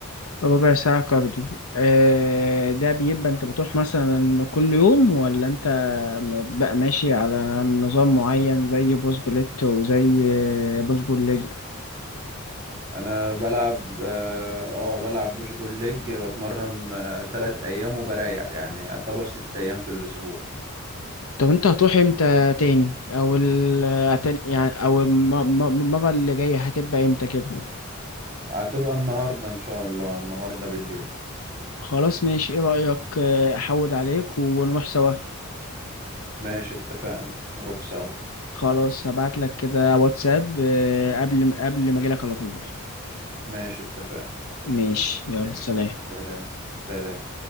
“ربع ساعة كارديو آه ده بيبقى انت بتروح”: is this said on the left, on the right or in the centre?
Left